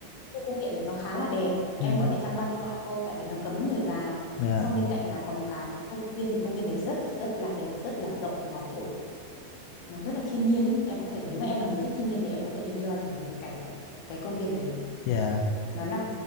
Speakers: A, on the left; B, on the left.
A: khu cung điện này nó khá là đẹp
B: Ừ.
A: em có thể tham quan bên ngoài thôi tại vì nó cấm người vào
B: dạ
A: xong bên cạnh là có một cái công viên thì công viên này rất rất là đẹp rất là rộng nó kiểu nó rất là thiên nhiên ấy em có thể nếu mà em là người thích thiên nhiên thì em có thể enjoy cái cái cái cái công viên đấy
B: dạ
A: nó nằm